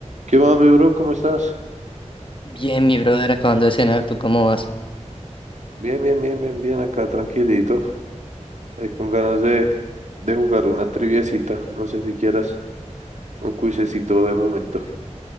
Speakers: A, on the right (about 75°); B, on the left (about 45°).
A: ¿Qué más, mi bro? ¿Cómo estás?
B: Bien, mi brother, acabando de cenar, ¿tú cómo vas?
A: Bien, bien, bien, bien, bien, acá tranquilito. Ahí con ganas de, de jugar una triviecita. No sé si quieras un cuisecito de momento.